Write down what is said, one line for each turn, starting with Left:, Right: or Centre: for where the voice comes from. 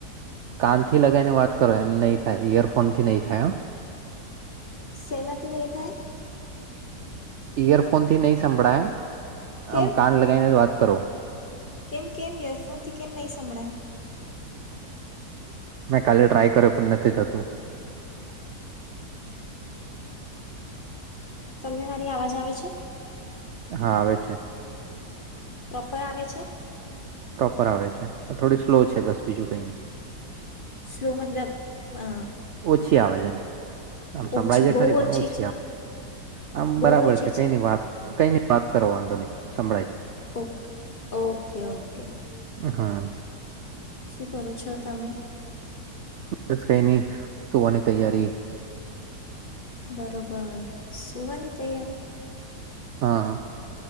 Right: કાનથી લગાવને વાત કરો એમ નહી થાય ઈયરફોનથી નહી થાય હ
Left: સેનાથી નહી થાય.
Right: ઇયરફોનથી નહી સંંભળાય.
Left: કેમ
Right: આમ કાન લગાવી ને વાત. કરો.
Left: કેમ કેમ યરફોનથી કેમ નહી સંભળાય.
Right: મે કાલે ટ્રાય કર્યો નથી થતું.
Left: તમને મારી અવાજ આવે છે.
Right: હા આવે છે.
Left: પ્રોપર આવે છે.
Right: પ્રોપર આવે છે પર થોડી સ્લો છે બસ બીજું કઈ નહી.
Left: સ્લો મતલબ. અ,
Right: ઓછી આવે છે એમ આમ સંભળાયજ
Left: ઓછી બહુ
Right: ખરી પણ ઓછી
Left: છે
Right: આવે આમ
Left: બહુ
Right: બરાબર
Left: ઓછી
Right: છે કઈની વાત કઈ વાત કરો વાંધો નહી સંભળાય છે.
Left: Okay okay okay.
Right: હા.
Left: શું કરો છો તમે.
Right: બસ કઈ નહી સુવાની તૈયારી.
Left: બરોબર સુવાની તૈયારી.
Right: હા.